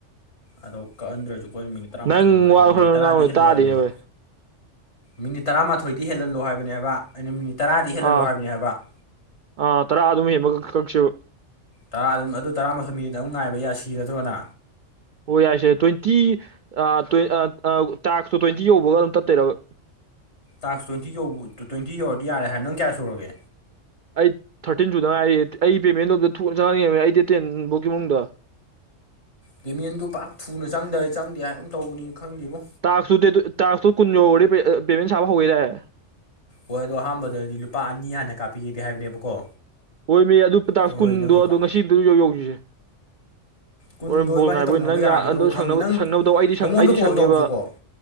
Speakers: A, on the left (about 60°); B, on the right (about 65°).
A: ꯑꯗꯣ ꯀꯛꯍꯟꯗ꯭ꯔꯁꯨ ꯑꯈꯣꯏ ꯃꯤꯅꯤꯠ ꯇꯔꯥꯃꯥꯊꯣꯏ
B: ꯅꯪ
A: ꯑꯗꯨꯃꯥꯏꯅ
B: ꯋꯥ
A: ꯃꯤꯅꯤꯠ
B: ꯈꯔ ꯈꯔ
A: ꯇꯔꯥꯗꯤ
B: ꯉꯥꯡꯕꯗꯣ
A: ꯍꯦꯜꯂꯜꯂꯣ
B: ꯇꯥꯗꯦꯅꯦ
A: ꯍꯥꯏꯕꯅꯦꯕ
B: ꯚꯥꯏ
A: ꯃꯤꯅꯤꯠ ꯇꯔꯥꯃꯥꯊꯣꯏꯗꯤ ꯍꯦꯜꯍꯜꯂꯣ ꯍꯥꯏꯕꯅꯦ ꯍꯥꯏꯕ ꯑꯩꯅ ꯃꯤꯅꯤꯠ ꯇꯔꯥꯗꯤ ꯍꯦꯜꯍꯜꯂꯨ
B: ꯑꯥ
A: ꯍꯥꯏꯕꯅꯦ ꯍꯥꯏꯕ <inaudible>
B: ꯑꯥ ꯇꯔꯥ ꯑꯗꯨꯝ ꯍꯦꯟꯕ ꯀꯛ- ꯀꯛꯁꯦꯕ
A: ꯇꯔꯥ ꯑꯗꯨꯝ ꯑꯗꯣ ꯇꯔꯥꯃꯊꯣꯏ ꯃꯤꯅꯤꯠ ꯑꯃꯨꯛ ꯉꯥꯏꯕ ꯌꯥ ꯁꯤꯔꯗ꯭ꯔꯣ ꯅꯥ
B: ꯍꯣꯏ ꯌꯥꯏꯁꯦ ꯇ꯭ꯋꯦꯟꯇꯤ ꯑꯥ ꯇ꯭ꯋꯦꯟ ꯑꯥ ꯑꯥ ꯇꯥꯛꯇꯣ ꯇ꯭ꯋꯦꯟꯇꯤ ꯌꯧꯕꯒ ꯑꯗꯨꯝ ꯇꯠꯇꯣꯏꯔꯕ
A: ꯇꯥꯛꯁ ꯇ꯭ꯋꯦꯟꯇꯤ ꯌꯧ ꯇ꯭ꯋꯦꯟꯇꯤ ꯌꯧꯔꯗꯤ ꯌꯥꯔꯦ ꯍꯥꯏꯕ ꯅꯪ ꯀꯌꯥ ꯁꯨꯔꯒꯦ
B: ꯑꯩ ꯊꯥꯔꯇꯤꯟ ꯁꯨꯗ ꯉꯥꯏꯔꯤꯌꯦ ꯑꯩꯒꯤ ꯄꯦꯃꯦꯟꯗꯣ ꯑꯝꯇꯥ ꯊꯨꯅ ꯆꯪꯍꯟꯅꯤꯡꯉꯦꯃꯦ ꯑꯩ ꯗꯦꯠ ꯇꯦꯟꯐꯧꯀꯤꯃꯨꯡꯗ
A: ꯄꯦꯃꯦꯟꯗꯨ ꯄꯥꯛ ꯊꯨꯅ ꯆꯪꯗꯥ ꯆꯪꯗꯦ ꯍꯥꯏꯒꯨꯝ ꯇꯧꯕꯅꯤ ꯈꯪꯗꯦꯕꯣ
B: ꯇꯥꯛꯁꯇꯨ ꯗꯦꯠꯇꯨ ꯇꯥꯛꯁꯇꯨ ꯀꯨꯟ ꯌꯧꯔꯗꯤ ꯄꯦꯃꯦꯟ ꯁꯥꯕ ꯍꯧꯋꯦꯗꯥꯏ
A: ꯍꯣꯏ ꯑꯗꯨ ꯑꯍꯥꯟꯕꯗꯗꯤ ꯂꯨꯄꯥ ꯑꯅꯤ ꯍꯥꯟꯅ ꯀꯥꯞꯄꯛꯑꯦꯗꯤ ꯍꯥꯏꯕꯅꯦꯕꯀꯣ
B: ꯍꯣꯏꯃꯦ ꯑꯗꯨ ꯇꯥꯛꯁ
A: ꯑꯩꯈꯣꯏ
B: ꯀꯨꯟꯗꯣ
A: ꯅꯪ ꯑꯦꯀꯥꯎꯟ
B: ꯑꯗꯣ ꯉꯁꯤ ꯑꯝꯇꯥ ꯌꯧ ꯌꯧꯁꯤꯁꯦ
A: ꯀꯨꯟꯗꯣ
B: ꯍꯣꯔꯦꯟ ꯕꯣꯜ
A: ꯏꯕꯥꯅꯤ
B: ꯉꯥꯏꯕ
A: ꯇꯧꯅꯕ
B: ꯑꯣꯏꯅ ꯅꯪ
A: ꯌꯥꯒꯤꯗ꯭ꯔꯣ
B: ꯌꯥ ꯑꯗꯣ ꯁꯪꯅꯕ
A: ꯈꯪꯗꯦ ꯅꯪ
B: ꯁꯪꯅꯕꯗꯧ ꯑꯩꯗꯤ ꯁꯪ
A: ꯅꯪꯉꯣꯟꯗ
B: ꯑꯩꯗꯤ
A: ꯀꯣꯜ
B: ꯁꯪꯅꯦꯕ
A: ꯇꯧꯕꯁꯦꯀꯣ